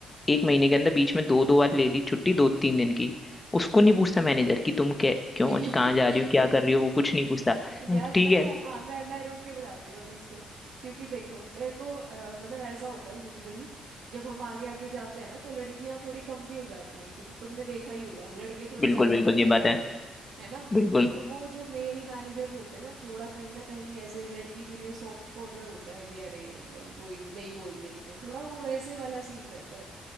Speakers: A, on the left (about 20°); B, on the right (about 65°).
A: एक महीने के अंदर बीच में दो दो बार ले ली छुट्टी दो तीन दिन की उसको नहीं पूछता मैनेजर कि तुम क्या क्यों
B: <laughs>
A: कहाँ जा रही हो क्या
B: क्योंकि
A: कर रही हो वो कुछ नहीं पूछता
B: यार
A: ठीक
B: पता
A: है
B: है हाँ मैं मैं रोक के बताती हूँ अभी इसमें क्योंकि देखो मेरे को अ, मतलब ऐसा होता है यूजुअली जब हम आगे आगे जाते हैं ना तो लड़कियां थोड़ी कम भी हो जाती हैं तुम तुमने देखा ही होगा लड़के थोड़े
A: बिल्कुल
B: ज्यादा
A: बिल्कुल
B: रहते
A: ये
B: हैं
A: बात
B: टीम
A: है
B: में है ना
A: बिल्कुल
B: तो वो जो मेल मैनेजर्स होते हैं ना थोड़ा कहीं ना कहीं ऐसे लड़की के लिए सॉफ्ट कॉर्नर होता है कि अरे ये चल कोई नहीं नहीं बोलते तो थोड़ा वो वैसे वाला सीन रहता है